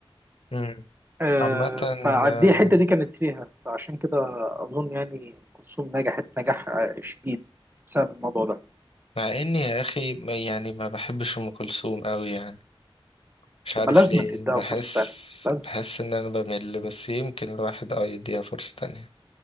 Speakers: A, on the left; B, on the right.
A: مم.
B: آه،
A: عامة
B: فدي
A: آه،
B: الحتة دي كانت فيها فعشان كده أظن يعني أم كلثوم نجحت نجاح آه، شديد بسبب الموضوع ده
A: مع اني يا اخي ما- يعني ما بحبش ام كلثوم قوي يعني مش عارف
B: يبقى لازم
A: ليه
B: تديها
A: بحس
B: فرصة تانية لازم
A: بحس ان انا بمل بس يمكن الواحد اه يديها فرصة تانية